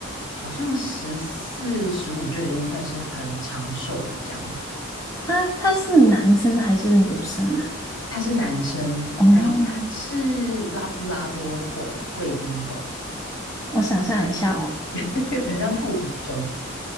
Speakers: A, on the left; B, on the left.
A: 好像十四十五就已经算是很长寿的这样子。
B: 他他是男生还是女生啊？
A: 它是男生，
B: 哦，
A: 然后它是拉布拉多混贵宾狗，
B: 我想象一下哦。
A: <laughs> 很像泰迪熊，